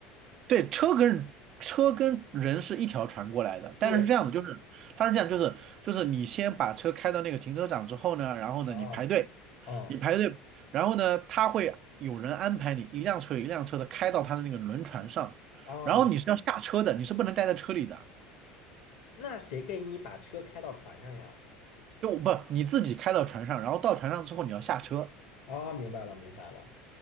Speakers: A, on the right; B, on the left.
A: 对，车跟车跟人是一条船过来的，但是是这样的，
B: 对，
A: 就是，他是这样，就是就是你先把车开到那个停车场之后呢，然后呢你排队，
B: 啊哦
A: 你排队，然后呢他会有人安排你一辆车一辆车的开到他的那个轮船上，
B: 啊！
A: 然后你是要下车的，
B: 明，
A: 你是不能待在车里的。
B: 那谁给你把车开到船上呀？
A: 就不你自己开到船上，然后到船上之后你要下车，
B: 啊，明白了，明白了。